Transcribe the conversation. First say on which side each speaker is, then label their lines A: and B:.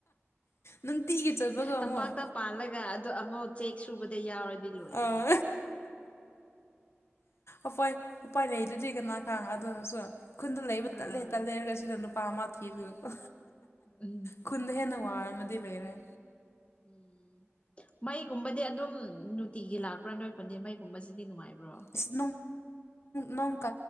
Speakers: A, on the left (about 65°); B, on the left (about 30°).
A: ꯅꯨꯡꯇꯤꯒ ꯆꯠꯄꯒꯣ
B: ꯇꯝꯄꯥꯛꯇ
A: ꯑꯃꯨꯛ
B: ꯄꯥꯜꯂꯒ ꯑꯗ ꯑꯃꯨꯛ ꯆꯦꯛ ꯁꯨꯕꯗ ꯌꯥꯎꯔꯗꯤ ꯂꯣꯏꯔꯏ
A: ꯑꯥ ꯎꯄꯥꯏ ꯎꯄꯥꯏ ꯂꯩꯗꯨꯗꯤ ꯀꯅꯥ ꯈꯥꯡ ꯑꯗꯨꯅꯁꯨ ꯈꯨꯟꯗ ꯂꯩꯕ
B: ꯑꯥ
A: ꯇꯠꯂꯦ ꯇꯠꯂꯦ ꯍꯥꯏꯔꯒ ꯁꯤꯗ ꯄꯥꯃ ꯊꯤꯔꯒꯀꯣ
B: ꯎꯝ
A: ꯈꯨꯟꯗ ꯍꯦꯟꯅ ꯋꯥꯔꯒꯗꯤ ꯂꯩꯔꯣꯢ
B: ꯎꯝ ꯃꯩꯒꯨꯝꯕꯗꯤ ꯑꯗꯨꯝ ꯇꯤꯒꯤ ꯂꯥꯛꯄ꯭ꯔꯥ ꯅꯣꯏ ꯐꯟꯗꯦ ꯃꯩꯒꯨꯝꯕꯁꯤꯗꯤ ꯅꯨꯡꯉꯥꯏꯕ꯭ꯔꯣ
A: ꯏꯁ ꯅꯣꯡ